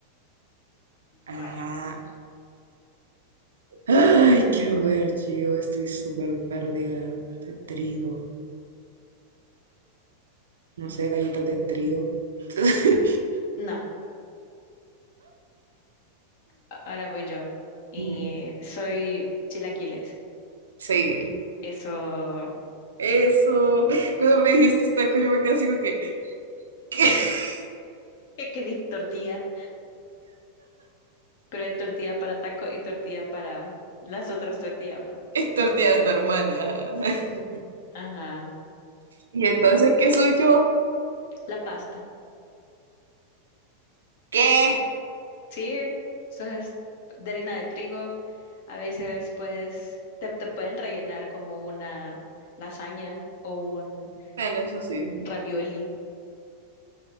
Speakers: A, on the right; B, on the left.
A: Ajá.
B: vaya.
A: Ay, quiero ver, yo estoy súper perdida de trigo. No sé, galletas de trigo. <laughs>
B: No, a- ahora voy yo. Eh,
A: Mm,
B: soy chilaquiles.
A: Sí,
B: Eso, <laughs>
A: eso. Cuando me dijiste taco, yo me quedé así como que, ¿Qué? <laughs>
B: que dije tortilla, pero hay tortilla para taco y tortilla para las otras tortillas, va.
A: Es tortilla normal. ajá. <laughs>
B: Ajá.
A: ¿Y entonces qué soy yo?
B: La pasta.
A: ¿Qué?
B: Sí, eso es de harina de trigo. A veces puedes, te, te pueden rellenar como una lasaña o un
A: Bueno, eso sí.
B: ravioli.